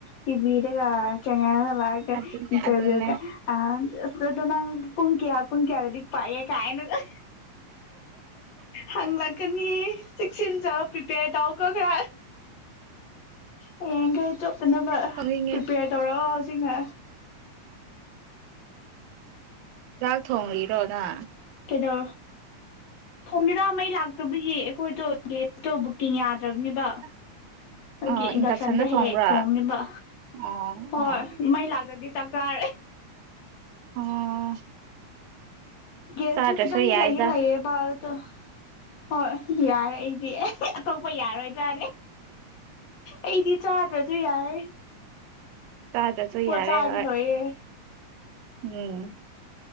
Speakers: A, on the left (about 65°); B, on the right (about 85°).
A: ꯇꯤꯕꯤꯔꯒ ꯆꯉꯔꯒ ꯂꯥꯛꯑꯒ
B: ꯑꯗꯨꯅꯦ
A: ꯏꯟꯇꯔꯚꯤꯌꯨꯒ
B: ꯑꯗꯨꯅꯦ
A: ꯑ ꯗꯣꯟꯅ ꯄ ꯄꯨꯀꯤꯌꯥ ꯄꯨꯀꯤꯌꯥ ꯍꯥꯏ ꯑ ꯄꯥꯌꯦ ꯀꯥꯏꯅ ꯀ ꯍꯪꯂꯛꯀꯅꯤ ꯆꯦꯛꯁꯤꯟ ꯆ ꯄꯤ ꯄꯦ ꯇꯧ ꯀꯈ ꯍꯌꯦꯡꯈꯩ ꯇꯣꯞꯅꯅꯕ
B: ꯈꯪꯅꯤꯡꯉꯦ
A: ꯄ꯭ꯔꯤꯄꯦꯌꯔ ꯇꯧꯔꯛꯑꯣ ꯍꯧꯖꯤꯛꯅ
B: ꯆꯥꯛ ꯊꯣꯡꯉꯔꯣꯅ
A: ꯀꯗꯣ ꯊꯣꯡ ꯃꯔꯃꯩ ꯂꯥꯛꯇꯕꯒꯤ ꯑꯩꯈꯣꯏꯗꯣ ꯒꯦꯁꯇꯣ ꯕꯨꯛꯀꯤꯡ ꯌꯥꯗ꯭ꯔꯕꯅꯦꯕ
B: <inaudible>
A: ꯑꯗꯨꯒꯤ ꯏꯟꯗꯛꯁꯟꯗꯣ
B: ꯏꯟꯗꯛꯁꯟꯗ ꯊꯣꯡꯕ꯭ꯔꯥ
A: ꯍꯦꯛ ꯍꯦꯛ ꯊꯣꯡꯅꯤꯕ
B: ꯑꯣ
A: ꯍꯣꯏ
B: ꯑꯣ
A: ꯃꯩ ꯂꯥꯛꯇꯗꯤ ꯆꯥꯛ ꯆꯥꯔꯦ
B: ꯑꯣ
A: ꯒꯦꯁꯇꯨ
B: ꯆꯥꯗ꯭ꯔꯁꯨ
A: ꯈꯤꯇꯪꯗꯤ
B: ꯌꯥꯏꯗ
A: ꯂꯩꯌꯦ ꯂꯩꯑ ꯕꯠ ꯍꯣꯏ ꯌꯥꯏ ꯑꯩꯗꯤ ꯑꯦ ꯑꯇꯣꯞꯄ ꯌꯥꯔꯣꯏꯗ꯭ꯔꯅꯦ ꯑꯩꯗꯤ ꯆꯥꯗ꯭ꯔꯁꯨ ꯌꯥꯏꯦ
B: ꯇꯥꯇꯁꯨ ꯌꯥꯔꯦ
A: ꯆꯥꯔꯗꯤ
B: ꯍꯣꯏ
A: ꯂꯣꯏꯔꯦ
B: ꯎꯝ